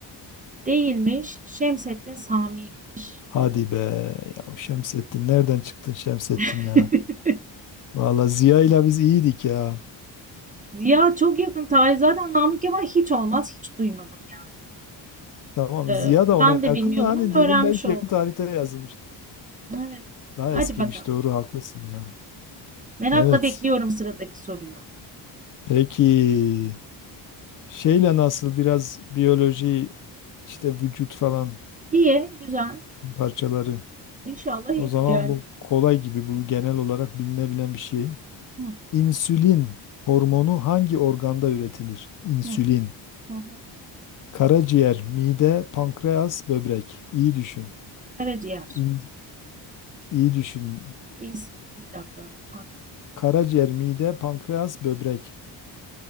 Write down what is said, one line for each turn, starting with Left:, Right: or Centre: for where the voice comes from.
Right: Değilmiş. Şemsettin Sami'ymiş
Left: Hadi
Right: bu.
Left: be ya o Şemsettin nereden çıktın Şemsettin
Right: <laughs>
Left: ya? Valla Ziya ile biz iyiydik ya.
Right: Ziya çok yakın tarih. Zaten Namık Kemal hiç olmaz. Hiç duymadım yani.
Left: Tamam
Right: Ee,
Left: Ziya
Right: ben
Left: da ona
Right: de
Left: yakın
Right: bilmiyordum
Left: da hani
Right: ama
Left: dedim
Right: öğrenmiş
Left: belki
Right: oldum.
Left: yakın tarihte yazılmıştır.
Right: Evet.
Left: Daha
Right: Hadi
Left: eskiymiş
Right: bakalım.
Left: doğru haklısın ya.
Right: Merakla
Left: Evet.
Right: bekliyorum sıradaki soruyu.
Left: Peki şeyle nasıl biraz biyoloji işte vücut falan
Right: İyi, güzel.
Left: parçaları.
Right: İnşallah iyidir
Left: O zaman
Right: yani.
Left: bu kolay gibi bu genel olarak bilinebilen bir şey.
Right: Hı,
Left: İnsülin hormonu hangi organda üretilir? İnsülin.
Right: hı, hı, hı.
Left: Karaciğer, mide, pankreas, böbrek. İyi düşün.
Right: Karaciğer.
Left: İn, iyi düşün.
Right: İns- Bir dakika. Pan-
Left: Karaciğer, mide, pankreas, böbrek.